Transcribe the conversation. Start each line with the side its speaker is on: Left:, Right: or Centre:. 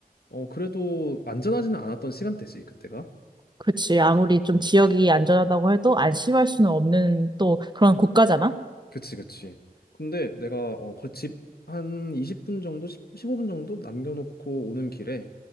Left: 어 그래도 안전하지는 않았던 시간대지 그때가.
Right: 그치. 아무리 좀 지역이 안전하다고 해도 안심할 수는 없는 또 그런 국가잖아?
Left: 그치 그치. 근데 내가 어집한 20분 정도 십0 15분 정도 남겨놓고 오는 길에